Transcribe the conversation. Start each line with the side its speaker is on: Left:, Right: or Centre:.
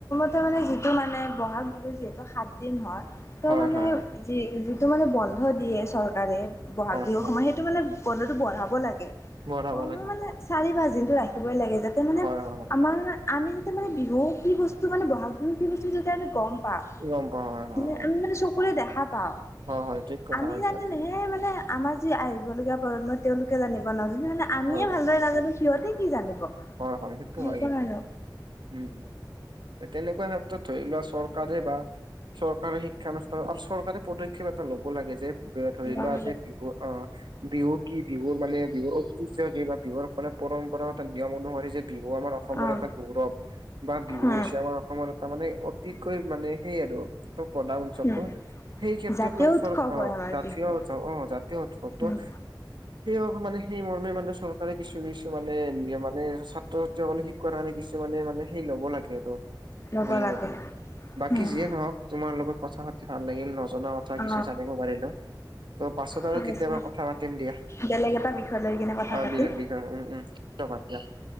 Left: ত' মানে যিটো মানে ব'হাগ বিহু যিহেতু সাতদিন হয়।
Right: হয়
Left: ত' মানে
Right: হয় হয়
Left: যি-যিটো মানে বন্ধ দিয়ে চৰকাৰে, ব'হাগ
Right: হয়
Left: বিহুৰ
Right: হয় হয়
Left: সময়ত সেই টো মানে বন্ধটো বঢ়াব লাগে,
Right: বঢ়াব
Left: কমেওঁ
Right: লাগে
Left: মানে
Right: হয়
Left: চাৰি-পাঁচ দিনটো ৰাখিবই লাগে যা তে মানে,
Right: হয় হয়। হয়
Left: আমাৰ আমি যাতে মানে বিহু কি বস্তু মানে ব'হাগ বিহু কি বস্তু যাতে আমি গম পাওঁ।
Right: গম পাওঁ হয়। হয়
Left: যে
Right: হয়
Left: আমি মানে চকুৰে দেখা পাওঁ,
Right: হয় হয় ঠিক কথা
Left: আমি
Right: কৈছা
Left: জানিলেহে
Right: তুমি।
Left: মানে আমাৰ যি আহিবলগীয়া প্ৰজন্ম তেওঁলোকে জানিব ন, যিটো মানে আমিয়ে
Right: হয় হয়
Left: ভালদৰে নাজানো। সিহঁতি কি জানিব?
Right: হয় হয়, সেইটো
Left: এনেকুৱা
Right: হয় কিন্তু।
Left: আৰু
Right: উম! এ তেনেকুৱা ক্ষেত্ৰত ধৰি লোৱা চৰকাৰে বা চৰকাৰে শিক্ষানুষ্ঠান আৰু চৰকাৰে পদক্ষ ক্ষেপ এটা ল'ব লাগে যে, ধৰি
Left: গম
Right: লোৱা যে বিহু অহ বিহু কি? বিহুৰ মানে বিহুৰ ঐতিহ্য কি বা বিহুৰ মানে পৰম্পৰা নিয়ম অনুসৰি যে বিহু আমাৰ অসমৰ
Left: অ
Right: এটা গৌৰৱ। বা বিহু
Left: উম
Right: হৈছে আমাৰ অসমৰ এটা মানে অতিকৈ মানে সেই আৰু প্ৰধান উৎসৱটো।
Left: উম
Right: সেই ক্ষেত্ৰত
Left: জাতীয়
Right: মানে
Left: উৎসৱ
Right: চৰ অহ,
Left: হয় আমাৰ
Right: জাতীয়
Left: বিহু
Right: উৎসৱ, অহ, জাতীয় উৎসৱ ত'
Left: উম
Right: সেই হ মানে সেই মৰ্মে মানে চৰ কাৰে কিছু কিছু মানে নিয়ম আ মানে ছাত্ৰ-ছাত্ৰীসকলেক শিকোৱাৰ কাৰণে কিছুমানে মানে সেই ল'ব লাগে আৰু
Left: ল'ব
Right: বুলি
Left: লাগে
Right: মই ভাবোঁ। বাকী
Left: উম
Right: যিয়ে নহওক, তোমাৰ লগত কথা পাতি ভাল লাগিল, নজনা কথা
Left: অ
Right: কিছু জানিব পাৰিলোঁ। ত' পাছত আৰু
Left: ঠিক
Right: কেতিয়াবা
Left: আছে
Right: কথা পাতিম দিয়া,
Left: বেলেগ এটা বিষয় লৈ কিনে কথা
Right: <unintelligible>
Left: পাতিম
Right: দে, উম উম। <unintelligible>